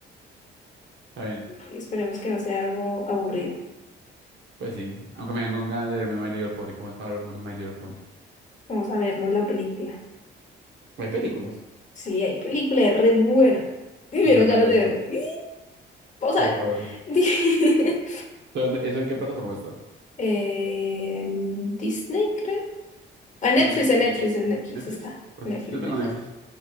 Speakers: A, on the right; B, on the left.
A: está bien.
B: Y esperemos que no sea algo aburrido.
A: Pues sí, aunque me dan con ganas de verme My Little Pony. ¿Cómo es para verme My Little Pony?
B: Vamos a vernos la película.
A: Hay películas.
B: Sí, hay película, es re buena. <laughs> Me dieron
A: Yo no
B: ganas
A: me la he visto.
B: de verla. <laughs> ¡Y! Vamos
A: ¿Cómo
B: a verla.
A: es para verla?
B: <laughs>
A: ¿Dónde- ¿Eso en qué plataforma está?
B: Eh, Disney, creo. A Netflix,
A: ¿Eso es de
B: a Netflix,
A: de-
B: en Netflix
A: Netflix?
B: está.
A: Pues
B: Netflix,
A: yo
B: Netflix.
A: tengo Netflix.